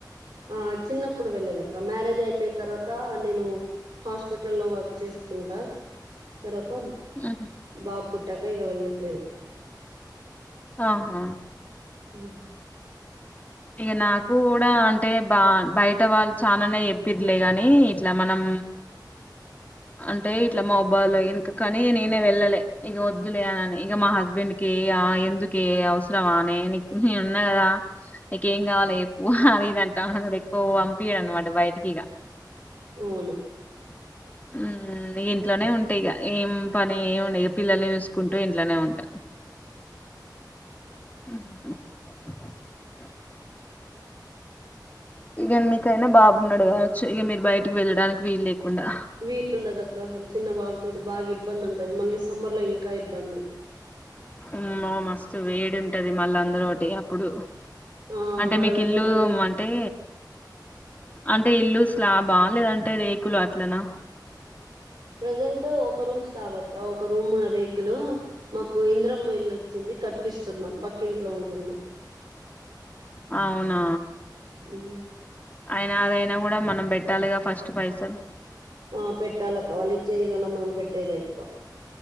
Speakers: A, on the right; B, on the left.
A: ఆ చిన్నప్పుడు వెళ్లేదక్క మ్యారేజ్ అయిపోయిన తర్వాత నేను హాస్పిటల్లో వర్క్ చేసుకుంటా తర్వాత
B: ఉహు.
A: బాబు పుట్టాక ఇక వెళ్ళట్లేదు
B: ఆహా
A: ఉ
B: ఇగ నాకు కూడా అంటే బా బయట వాళ్ళు చాననే చెప్పిర్లే గాని ఇట్లా మనం అంటే ఇట్లా మాబాద్ లో ఇంక కానీ నేనే వెళ్ళలే ఇక వద్దులే అనని ఇక మా హస్బెండ్ కి ఏ ఆ ఎందుకే అవసరమానే నీక్ నేను ఉన్నా కదా నీకు ఏం కావాల చెప్పు అది ఇది అంటాడు ఎక్కువ పంపియడు అనమాట బయటకి ఇక
A: అవును
B: ఉమ్, ఇంట్లోనే ఉంటా ఇగ ఏం పని ఏమి ఉండే ఇక పిల్లల్ని చూసుకుంటూ ఇంట్లోనే ఉంటా ఉహ్మ్ ఇగెన్ మీకైనా బాబున్నాడు కావచ్చు ఇగ మీరు బయటికి వెళ్ళడానికి వీల్ లేకుండా
A: వీల్ ఉండదక్క అసలు చిన్న బాబు తోటి బాగా ఇబ్బంది ఉంటది మళ్ళీ సమ్మర్ లో ఇంకా ఇబ్బంది
B: ఉమ్మో మస్తు వేడింటది మళ్ళా అందులోటి అప్పుడు
A: ఆ
B: అంటే
A: వడదెబ్బ
B: మీకు ఇల్లు
A: తగిలి
B: అంటే అంటే ఇల్లు స్లాబా లేదంటే రేకులు అట్లనా
A: ప్రజెంట్ ఒక రూమ్ స్లాబక్క ఒక రూమ్ రేకులు మాకు ఇంద్రం మ్మ ఇళ్ళొచ్చింది కట్టిస్తున్నాం పక్కింట్లో ఉంటున్నాం
B: అవునా
A: హ్మ్.
B: అయినా అదైనా కూడా మనం పెట్టాలిగా ఫస్ట్ పైసలు
A: ఆ పెట్టాలక్క వాళ్ళు ఇచ్చేది కన్నా మనం పెట్టేదే ఎక్కువ